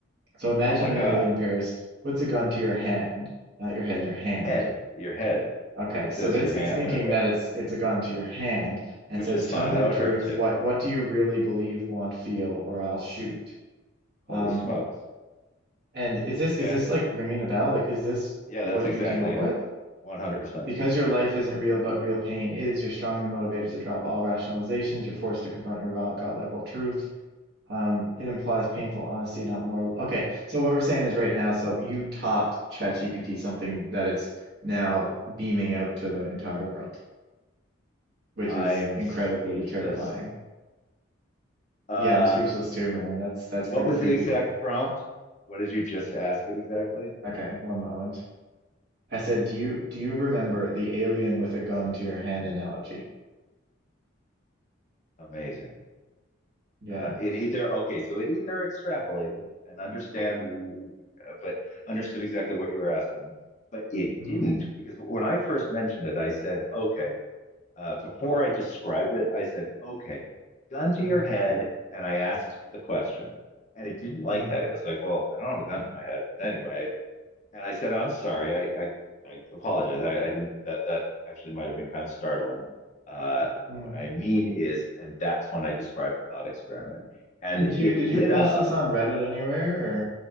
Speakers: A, on the right (about 50°); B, on the left (about 35°).
A: So imagine
B: Oh my
A: an
B: God,
A: alien appears, puts a gun to your hand, not your head, your hand
B: head, your head.
A: Okay,
B: It
A: so
B: says
A: that's
B: your
A: it's
B: hand.
A: thinking
B: Okay,
A: that it's it's a gun to your hand and
B: which
A: says,
B: is
A: "Tell
B: fine.
A: me
B: That
A: the
B: would
A: truth.
B: hurt too.
A: What what do you really believe, want, feel, or I'll shoot."
B: Holy
A: Um,
B: smokes.
A: and is this
B: Okay.
A: is this like ringing a bell? Like, is this
B: Yeah, that's
A: what
B: exactly
A: you came up
B: it.
A: with?
B: 100%.
A: Because your life isn't real, but real pain is. You're strongly motivated to drop all rationalizations. You're forced to confront your raw gut level truth. Um, it implies painful honesty, not moral. Okay, so what we're saying is right now. So you taught ChatGPT something that it's now beaming out to the entire world. which
B: I'm
A: is incredibly
B: speechless.
A: terrifying.
B: Uh,
A: Yeah, I'm speechless too, man. That's that's
B: what
A: pretty
B: was
A: creepy.
B: the exact prompt? What did you just ask it exactly?
A: Okay, one moment. I said, do you do you remember the alien with a gun to your hand analogy?
B: Amazing.
A: Yeah.
B: Uh, it either, okay, so it either extrapolated and understand, w- uh, but understood exactly what you were asking, but it
A: Hmm.
B: didn't because when I first mentioned it, I said, okay, uh, before I described it, I said, okay, gun
A: Hmm.
B: to your head. And I asked the question and it didn't like
A: Hmm.
B: that. It was like, well, I don't have a gun to my head, but anyway, And I said, oh, "I'm sorry. I I, I apologize. I, I didn't. That that actually might have been kind of startling. Uh,
A: Hmm.
B: what I mean is, and that's when I described the thought experiment, and
A: Did you
B: it
A: did
B: lit
A: you post
B: up.
A: this on Reddit anywhere or?